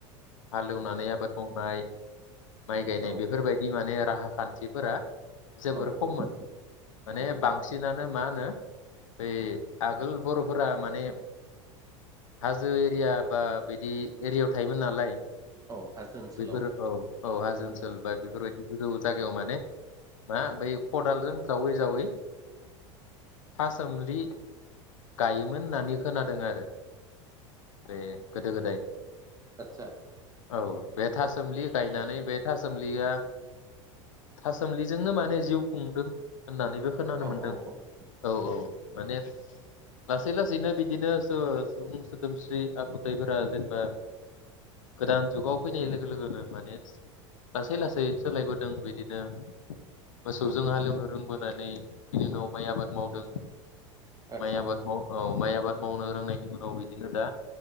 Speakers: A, on the left; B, on the right.
A: हालेवनानै आबाद मावनाय माइ गायनाय
B: औ
A: बेफोरबायदि माने राहा खान्थिफोरा जोबोर
B: औ
A: खममोन
B: औ
A: माने
B: औ औ
A: बांसिनानो मा होनो बै आगोल बर'फोरा माने हाजो एरिया बा बिदि एरियायाव थायोमोन नालाय
B: औ हाजो ओनसोलाव
A: बैफोर औ औ हाजो ओनसोल बा बेफोरबायदिखौ जों जागायाव माने मा बै खदालजों जावै जावै था सोमलि गायोमोन होननानै खोनादों आरो बे गोदो गोदाय
B: आदसा
A: औ बे थास सोमलि गायनानै
B: औ
A: बे था सोमलिया थासोमलिजोंनो माने जिउ खुंदों होननानैबो खोनानो
B: औ
A: मोनदों
B: औ औ
A: औ औ माने लासै लासैनो बि बिदिनो सुबुं सोदोमस्रि आखुथायाइफोरा जेनेबा गोदान जुगाव फैनाय लोगो लोगोनो माने लासै लासै सोलायबोदों बिदिनो मोसौजों हालेवनो रोंबोनानै बिनि उनाव माइ आबाद मावदों
B: आदसा
A: माइ आबाद माव माइ आबाद मावनो रोंनायनि उनाव बिदिनो दा